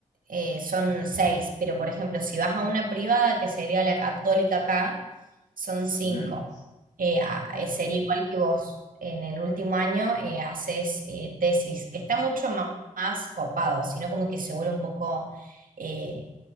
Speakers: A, on the right; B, on the left.
A: eh, son seis, pero por ejemplo, si vas a una privada, que sería la católica acá, son cinco.
B: Ujú.
A: Eh, a-
B: Ah,
A: eh,
B: Ok.
A: sería igual que vos. En el último año eh, haces eh, tesis, que está mucho ma- más, copado, sino como que se vuelve un poco eh,